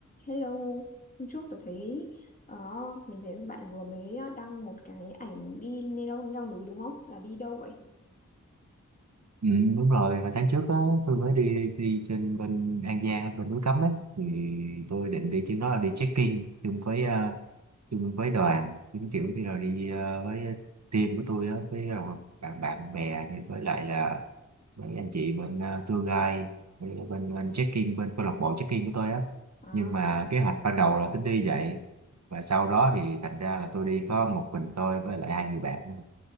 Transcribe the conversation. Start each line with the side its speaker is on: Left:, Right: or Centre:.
Left: Hello, hôm trước tôi thấy ờ, mình thấy bạn vừa mới ờ, đăng một cái ảnh đi leo, leo núi đúng không? Là đi đâu vậy?
Right: Ừ, đúng rồi, hồi tháng trước á, tôi mới đi đi trên bên An Giang, bên núi Cấm ấy, thì tôi định đi chuyến đó là đi check-in chung với ờ, chung với đoàn, giống kiểu như là đi ờ, với team của tôi đó, với ờ, bạn bạn bè, như với lại là mấy anh chị bên ờ, tour guide, với bên
Left: Ờ,
Right: bên check-in, bên câu lạc bộ check-in của tôi á.
Left: à,
Right: Nhưng mà kế hoạch ban đầu là tính đi vậy, và sau đó thì thành ra là tôi đi có một mình tôi với lại hai người bạn nữa